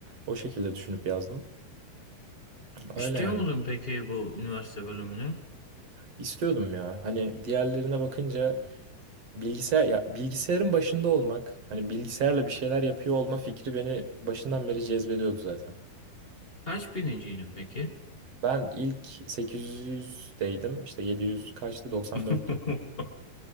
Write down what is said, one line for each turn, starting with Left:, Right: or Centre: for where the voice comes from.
Right: O şekilde düşünüp yazdım. Öyle
Left: İstiyor
Right: yani.
Left: muydun peki bu üniversite bölümünü?
Right: İstiyordum ya. Hani diğerlerine bakınca Bilgisayar ya bilgisayarın başında olmak, hani bilgisayarla bir şeyler yapıyor olma fikri beni başından beri cezbediyordu zaten.
Left: Kaç birinciydin peki?
Right: Ben ilk 800'deydim. işte 700 kaçtı? 94'tü.
Left: <laughs>